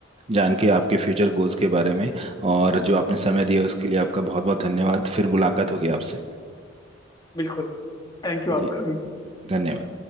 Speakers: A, on the right; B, on the left.
A: जान के आपके फ्यूचर गोल्स के बारे में और जो आपने समय दिया उसके लिए आपका बहुत बहुत धन्यवाद फिर मुलाकात होगी आपसे
B: बिल्कुल थैंक यू आपका
A: जी
B: भी
A: धन्यवाद